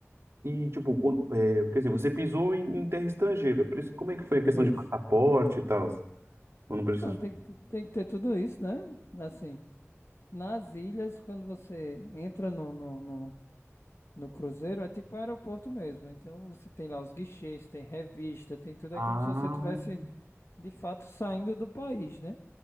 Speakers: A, on the right (about 55°); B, on the left (about 60°).
A: e tipo, quando- é, porque assim, você pisou em, em terra estrangeira, por isso, como é que foi a questão
B: isso.
A: de passaporte e tal? Eu não preciso.
B: Não, tem que, ter- tem que ter tudo isso, né? Assim, nas ilhas, quando você entra no, no, no No cruzeiro é tipo aeroporto mesmo. Então você tem lá os guichês, tem revista, tem tudo.
A: Ah,
B: É como se você tivesse de fato saindo do país, né?